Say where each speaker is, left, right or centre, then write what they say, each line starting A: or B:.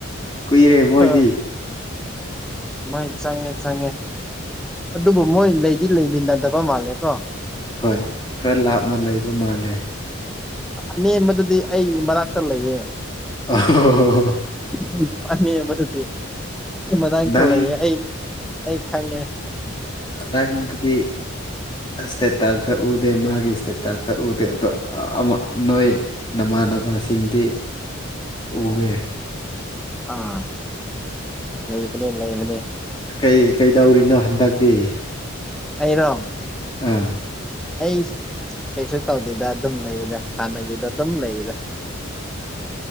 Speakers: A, on the left; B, in the centre.
A: ꯀꯨꯏꯔꯦ ꯃꯣꯍꯤꯗꯤ
B: ꯍꯣꯏ ꯃꯣꯏ ꯆꯪꯉꯦ ꯆꯪꯉꯦ ꯑꯗꯨꯕꯨ ꯃꯣꯏ ꯂꯩꯗꯤ ꯂꯩꯃꯤꯟꯅꯗꯕ ꯃꯥꯜꯂꯦꯀꯣ
A: ꯍꯣꯏ ꯈꯔ ꯂꯥꯞꯅ ꯂꯩꯕ ꯃꯥꯜꯂꯦ
B: ꯑꯅꯦꯝꯕꯗꯨꯗꯤ ꯑꯩ ꯃꯅꯥꯛꯇ ꯂꯩꯌꯦ
A: ꯑ
B: ꯎ ꯃꯥꯅꯤ ꯃꯗꯗꯤ ꯑꯩ ꯃꯇꯅꯥꯥꯡꯛꯇ
A: ꯅꯪ
B: ꯂꯩꯌꯦ ꯑꯩ ꯑꯩ ꯈꯪꯉꯦ
A: ꯑꯥꯡꯒꯕꯨꯗꯤ ꯑꯁꯦ ꯇꯥꯁꯇ ꯎꯗꯦ ꯃꯥꯒꯤ ꯏꯁꯇꯦ ꯇꯥꯁꯇ ꯎꯗꯦ ꯑꯗꯨꯣ ꯑꯃ ꯅꯣꯏ ꯅ ꯏꯃꯥꯟꯅꯕꯁꯤꯡꯗꯤ ꯎꯑꯦ
B: ꯑꯥ ꯂꯩꯕꯅꯦ ꯂꯩꯕꯅꯦ
A: ꯀꯩ ꯀꯩꯗꯧꯔꯤꯅꯣ ꯍꯟꯗꯛꯇꯤ
B: ꯑꯩꯔꯣ
A: ꯎꯝ
B: ꯑꯩ ꯑꯁ ꯀꯩꯁꯨ ꯇꯧꯗꯦꯗ ꯑꯗꯨꯝ ꯂꯩꯗ ꯍꯥꯟꯅꯒꯤꯗ ꯀ ꯑꯗꯨꯝ ꯂꯩꯗ